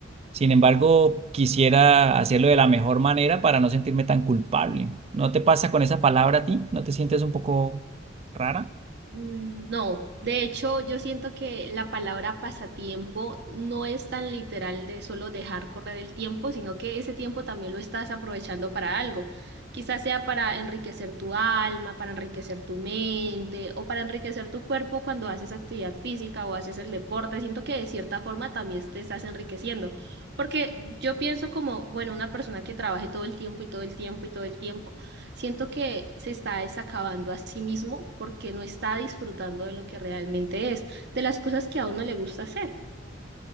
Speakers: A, on the right (about 35°); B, on the right (about 60°).
A: Sin embargo, quisiera hacerlo de la mejor manera para no sentirme tan culpable. ¿No te pasa con esa palabra a ti? ¿No te sientes un poco rara?
B: Mm, No, de hecho yo siento que la palabra pasatiempo no es tan literal de solo dejar correr el tiempo, sino que ese tiempo también lo estás aprovechando para algo. Quizás sea para enriquecer tu alma, para enriquecer tu mente o para enriquecer tu cuerpo cuando haces actividad física o haces el deporte. Siento que de cierta forma también te estás enriqueciendo, porque yo pienso como, bueno, una persona que trabaje todo el tiempo y todo el tiempo y todo el tiempo. Siento que se está desacabando a sí mismo porque no está disfrutando de lo que realmente es, de las cosas que a uno le gusta hacer.